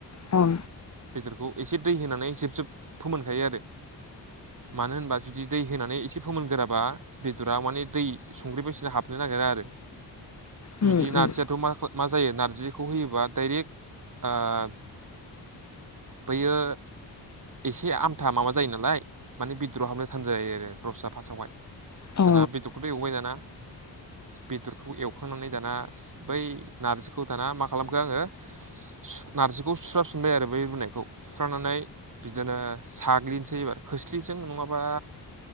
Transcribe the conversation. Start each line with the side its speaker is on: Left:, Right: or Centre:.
Left: औ
Right: बेदरखौ एसे दै होनानै जेब जेब फोमोनखायो आरो मानो होनबा जुदि दै होनानै एसे फोमोनगोराबा बेदरा माने दै संख्रि बायसिना हाबनो नागिरा आरो
Left: उम
Right: जुदि नारजियाथ'
Left: उम
Right: मा मा जायो नारजिखौ होयोबा डाइरेक्ट आ बैयो एसे आमथा माबा जायो नालाय माने बिदरआव हाबनो थान जायो आरो रसाआ फारस्टआवहाय
Left: औ
Right: दाना बेदरखौथ' एवबाय दाना बेदरखौ एवखांनानै दाना बै नारजिखौ दाना मा खालामखो आङो सु नारजिखौ सुस्राफिनबाय आरो बै रुनायखौ सुस्रानानै बिदिनो साग्लिनोसै एबार खो खोसलिजों नङाबा